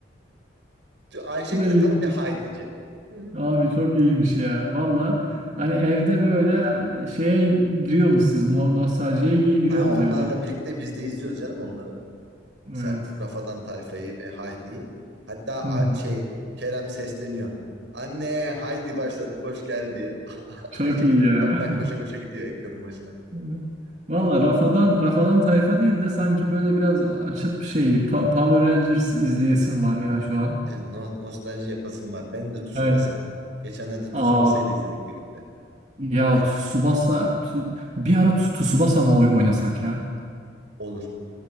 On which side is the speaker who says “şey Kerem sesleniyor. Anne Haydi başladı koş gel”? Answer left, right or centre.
Right